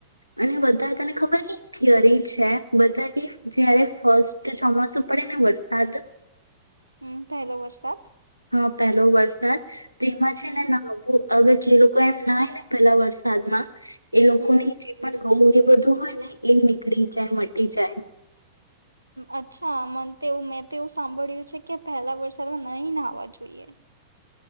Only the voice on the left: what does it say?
અને બધા તને ખબર થિયરી છે બધા કે જયારે ફસ્ટ ચોમાસું પડે ને વરસાદ
હા પહેલો વરસાદ તમા છેને
ના બું અગર જે લોકો એમ નાય ને પેલા વરસાદમાં એ લોકો
પણ રોવ એ બધું હોય ને એ નીકળી જાય મટી જાય